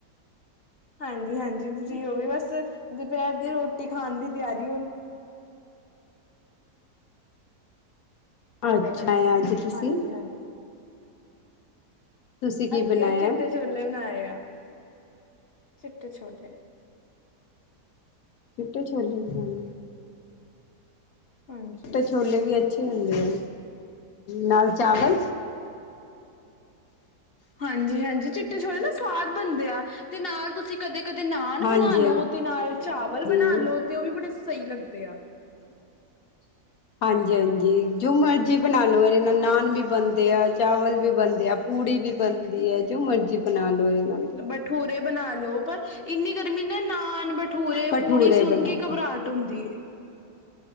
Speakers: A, on the left (about 45°); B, on the left (about 65°).
A: ਹਾਂਜੀ ਹਾਂਜੀ ਫ੍ਰੀ ਹੋ ਵੀ ਬਸ, ਦੁਪਹਿਰ ਦੀ ਰੋਟੀ ਖਾਣ ਦੀ ਤਿਆਰੀ ਹੁਣ। <unintelligible> ਹੈਲੋ
B: ਅੱਛਾ ਹੈ ਅੱਜ ਤੁਸੀਂ
A: ਹਾਂਜੀ ਹਾਂਜੀ
B: ਤੁਸੀਂ ਕੀ
A: ਅਸੀਂ
B: ਬਣਾਇਆ
A: ਆ ਚਿੱਟੇ ਛੋਲੇ ਬਣਾਏ ਆ, ਚਿੱਟੇ ਛੋਲੇ।
B: ਚਿੱਟੇ ਛੋਲੇ ਬਨਾਨੇ ਐ।
A: ਹਾਂਜੀ।
B: ਚਿੱਟੇ ਛੋਲੇ ਵੀ ਅੱਛੇ ਹੁੰਦੇ ਐ, ਨਾਲ ਚਾਵਲ
A: ਹਾਂਜੀ ਹਾਂਜੀ ਚਿੱਟੇ ਛੋੜੇ ਨਾ ਸਵਾਦ ਬਣਦੇ ਆ, ਤੇ ਨਾਲ ਤੁਸੀਂ ਕਦੇ ਕਦੇ ਨਾਨ
B: ਹਾਂਜੀ
A: ਬਣਾ ਲੋ, ਤੇ ਨਾਲ ਚਾਵਲ
B: ਹਾਂਜੀ
A: ਬਣਾ ਲੋ, ਤੇ ਉਹ ਵੀ ਬੜੇ ਸਹੀ ਲੱਗਦੇ ਆ। ਸਭ ਕੁਛੇ <unintelligible>
B: ਹਾਂਜੀ ਹਾਂਜੀ ਜੋ ਮਰਜੀ ਬਣਾ ਲੋ, ਇਹਦੇ ਨਾਲ ਨਾਨ ਵੀ ਬਣਦੇ ਆ, ਚਾਵਲ ਵੀ ਬਣਦੇ ਆ। ਪੁੜੀ ਵੀ ਬਣਦੀ ਹੈ, ਜੋ ਮਰਜੀ ਬਣਾ ਲੋ ਨਾਲ ਤੇ।
A: ਬਠੂਰੇ ਬਣਾ ਲੋ, ਪਰ ਇੰਨੀ ਗਰਮੀ ਨਾ ਨਾਨ ਬਠੂਰੇ
B: ਭਠੂਰੇ
A: ਪੂੜੀ, ਸੁਨ
B: ਬਣਾ
A: ਕੇ ਹੀ
B: ਲੋ
A: ਘਬਰਾਹਟ ਹੁੰਦੀ ਹੈ।